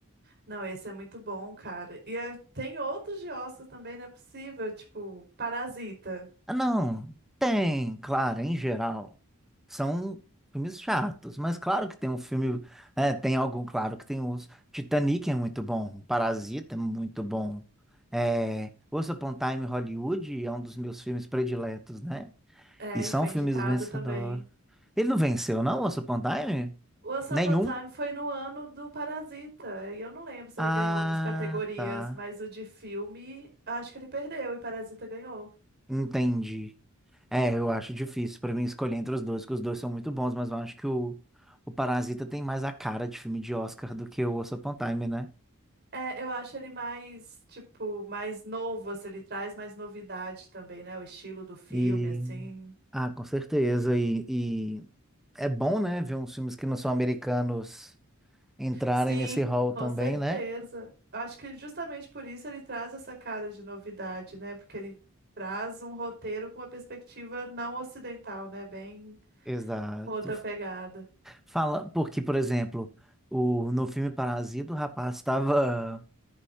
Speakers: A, on the right; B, in the centre.
A: Não, esse é muito bom, cara. E é- tem outros de Oscar também, não é possível, tipo Parasita.
B: Ah, não, tem, claro, em geral. São filmes chatos, mas claro que tem um filme, é, tem algum, claro que tem os. Titanic é muito bom, Parasita é muito bom. É, Once Upon a Time in Hollywood é um dos meus filmes prediletos, né?
A: É,
B: E são
A: e foi
B: filmes
A: indicado
B: vencedores.
A: também.
B: Ele não venceu, não, Once Upon a Time?
A: O Once
B: Nenhum?
A: Upon a Time foi no ano do Parasita. E eu não lembro se
B: Ah,
A: ele ganhou outras categorias,
B: tá.
A: mas o de filme, acho que ele perdeu e Parasita ganhou.
B: Entendi. É, eu acho difícil pra mim escolher entre os dois, porque os dois são muito bons, mas eu acho que o, o Parasita tem mais a cara de filme de Oscar do que o Once Upon a Time, né?
A: É, eu acho ele mais, tipo, mais novo, assim, ele traz mais novidade também, né? O estilo do filme,
B: E,
A: assim.
B: ah, com certeza. E, e é bom, né, ver uns filmes que não são americanos entrarem
A: Sim,
B: nesse hall
A: com
B: também,
A: certeza.
B: né?
A: Acho que justamente por isso ele traz essa cara de novidade, né? Porque ele traz um roteiro com uma perspectiva não ocidental, né? Bem
B: Exato.
A: com outra pegada.
B: Fala, porque, por exemplo, o, no filme Parasita, o rapaz estava